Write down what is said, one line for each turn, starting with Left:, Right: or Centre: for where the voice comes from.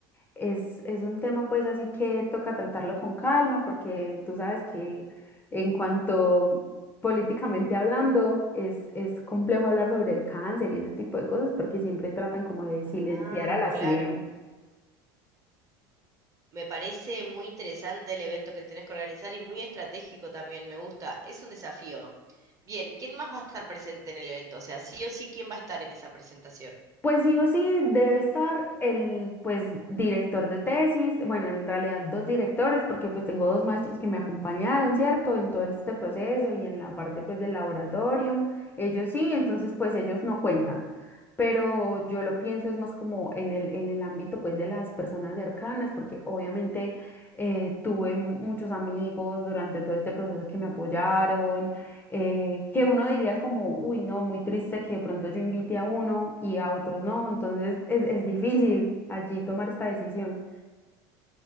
Left: es, es un tema pues así que toca tratarlo con calma porque tú sabes que en cuanto políticamente hablando es, es complejo hablar sobre el cáncer y ese tipo de cosas porque siempre tratan como de silenciar
Right: Ah,
Left: a la
Right: claro.
Left: ciencia.
Right: Me parece muy interesante el evento que tenés que organizar y muy estratégico también, me gusta. Es un desafío. Bien, ¿quién más va a estar presente en el evento? O sea, sí o sí, ¿quién va a estar en esa presentación?
Left: Pues sí o sí debe estar el pues director de tesis, bueno, en realidad dos directores, porque pues tengo dos maestros que me acompañaron, ¿cierto? En todo este proceso y en la parte pues
Right: Ujú.
Left: del laboratorio, ellos sí, entonces pues ellos no cuentan. Pero yo lo pienso es más como en el, en el ámbito pues de las personas cercanas, porque obviamente eh, tuve muchos amigos durante todo este proceso que me apoyaron, eh, que uno diría como, uy, no, muy triste que de pronto yo invite a uno y a otros no, entonces es, es difícil allí tomar esta decisión.